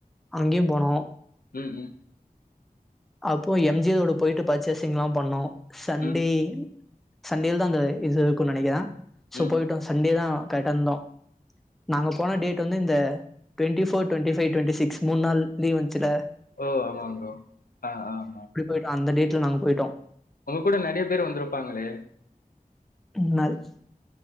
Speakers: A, in the centre; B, on the left.
A: அங்கேயு போனோ
B: ம் ம்
A: அப்போ எம் ஜியோட போயிட்டு பர்ச்சேசிங்லா பண்ணோ சண்டே
B: ம்
A: சண்டேல தா அந்த இது இருக்கு நெனைக்கிறே சோ
B: ம்
A: போயிட்டோ சண்டே தா கடந்தோ நாங்க போன டேட்டு வந்து இந்த twenty four twenty five twenty six மூன்நாள் லீவ் வந்ச்சில
B: ஓ ஆமாங் ப்ரோ ஆ ஆ ஆமா
A: போயிட்டு அந்த டேட்ல நாங்க போயிட்டோ
B: ஒங்க கூட நறைய பேர் வந்துருப்பாங்களே
A: <unintelligible>